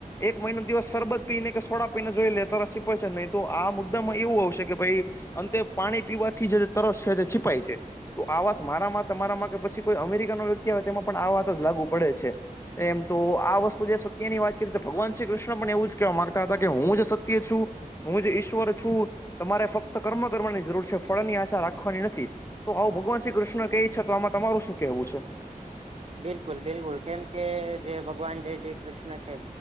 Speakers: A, on the left; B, on the right.
A: એક મહિનો દિવસ સરબત પી ને કે સોડા પીને જોઈ લે તરસ છીપાય છે નહી. તો આ મુદ્દામાં એવું આવશે કે ભાઈ, અંતે પાણી પીવાથી જે તરસ છે તે છીપાય છે. તો આ વાત મારામાં તમારામાં કે પછી કોઈ અમેરિકાનો વ્યક્તિ આવે તેમાં પણ આ વાતજ લાગુ પડે છે. એમ તો આ વસ્તુ જે સત્ય ની વાત કરી તો ભગવાન શ્રી કૃષ્ણ પણ એવું જ કહેવા માંગતા હતા કે, હું જ સત્ય છું. હું જ ઈશ્વર છું, તમારે ફક્ત કર્મ કરવાની જરૂર છે, ફળની આશા રાખવાની નથી. તો આવું ભગવાન શ્રી કૃષ્ણ કહે છે, તો આમાં તમારું શું કેહેવું છે?
B: બિલકુલ બિલકુલ, કેમ કે જે ભગવાન જે જે કૃષ્ણ છે.